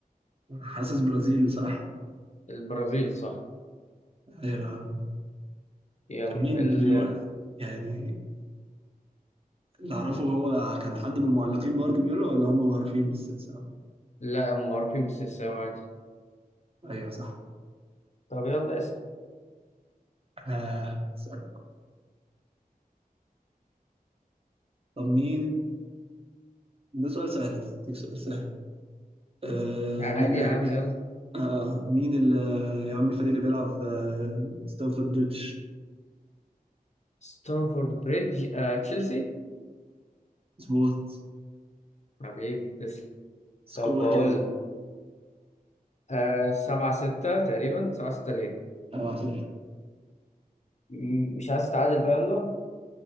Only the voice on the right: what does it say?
حاسس برازيل بصراحة
أيوة يا عم.
كان مين
اللي بيقول يعني اللي أعرفه هو كان حد من المعلقين برضه بيقول له ولا هم معروفين بالسيليساو
أيوة صح
آه سهل. طب مين ده سؤال سهل أديك سؤال سهل آه
مين اللي
يعمل
آه مين اللي يعمل الفريق اللي بيلعب في آه، ستانفورد بريدج
مظبوط
سكور
كام؟
7 6